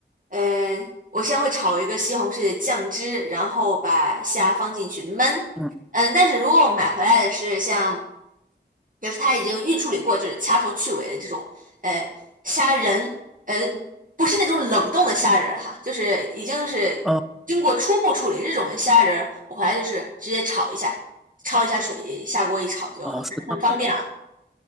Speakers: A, on the right; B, in the centre.
A: 嗯，我先会炒一个西红柿的酱汁，然后把虾放进去焖。
B: 嗯，
A: 嗯，但是如果我买回来的是像，就是它已经预处理过，就是掐头去尾的这种，呃，虾仁，呃，不是那种冷冻的虾仁儿哈，就是已经是经过初步处理这种的虾仁儿，
B: 哦
A: 我回来就是直接炒一下，焯一下水，下锅一炒就很方便了。
B: 哦，是这样的。